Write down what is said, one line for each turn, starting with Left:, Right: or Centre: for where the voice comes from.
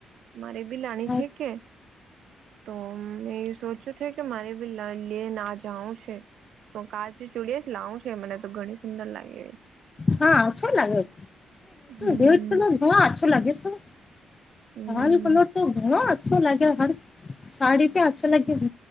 Right: મારે બી લાણી
Left: હા
Right: છે કે તો મેં સોચ્યું કે મારે ભી લ <unintelligible> લેને જાાવ છે તો કાચું ચુડી છે લાવું છ મને તો ઘણી સુંદર લાગે
Left: હા ઓછો લાગે
Right: હમ
Left: રેટ <unintelligible> ઘછો લાગે શ <unintelligible>
Right: હમ
Left: તમારી પલોટ તો ઘણ <inaudible> અ લાગ્યા હ સાડી પે અચ્છા લાગે હ